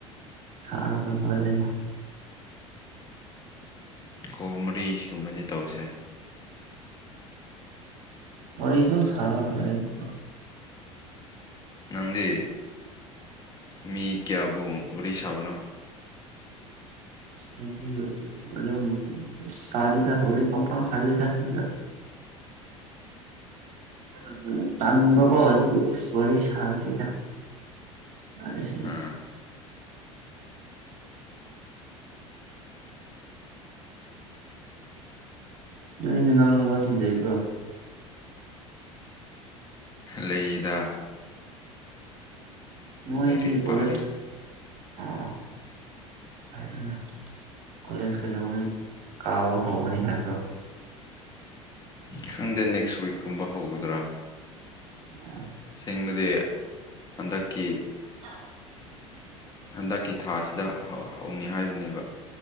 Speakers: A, on the right; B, on the left.
A: ꯁꯔꯥ ꯀꯥꯟ ꯃꯥꯔꯦ __
B: ꯀꯣ ꯃꯔꯤꯒꯨꯝꯕꯗꯤ ꯇꯧꯁꯦ
A: ꯋꯥꯔꯤ ꯑꯗꯨꯝ ꯁꯥꯔꯛꯑꯒꯦ ꯑꯩꯅ
B: ꯅꯪꯗꯤ ꯃꯤ ꯀꯌꯥꯕꯨ ꯋꯥꯔꯤ ꯁꯥꯕꯅꯣ
A: ꯑꯁ ꯑꯩꯗꯤ ꯑꯗꯨꯝ ꯁꯥꯗꯦꯗ ꯋꯥꯔꯤ ꯄꯝꯄ ꯁꯥꯗꯦꯗ ꯑꯟꯗ ꯑꯗ ꯇꯟꯕꯀꯣ ꯑꯗꯨꯒꯤ ꯑꯁ ꯋꯥꯔꯤ ꯁꯥꯗꯦꯗ ꯐꯥꯔꯦ ꯁꯤ
B: ꯑꯥ
A: ꯅꯣꯏ ꯅꯅꯥꯎꯅꯨꯄꯥꯇꯤ ꯂꯩꯕ꯭ꯔꯣ
B: ꯂꯩꯗ
A: ꯅꯣꯏꯗꯤ
B: ꯂꯥꯏꯔꯤꯛ ꯄꯥꯔꯤ
A: ꯀꯂꯦꯖ ꯑꯣ ꯍꯥꯏꯅꯦ ꯀꯣꯂꯦꯖ ꯀꯩꯗꯧꯉꯩ ꯀꯥꯕ ꯍꯧꯒꯅꯤ ꯍꯥꯏꯕ꯭ꯔꯣ
B: ꯈꯪꯗꯦ ꯅꯦꯛꯁ ꯋꯤꯛꯀꯨꯝꯕ ꯍꯧꯒꯗ꯭ꯔꯥ
A: ꯑꯥ
B: ꯎꯪꯒꯗꯤ ꯍꯟꯗꯛꯀꯤ
A: ꯑꯥ
B: ꯍꯟꯗꯛꯀꯤ ꯊꯥꯁꯤꯗ ꯍꯧ ꯍꯧꯅꯤ ꯍꯥꯏꯕꯅꯦꯕ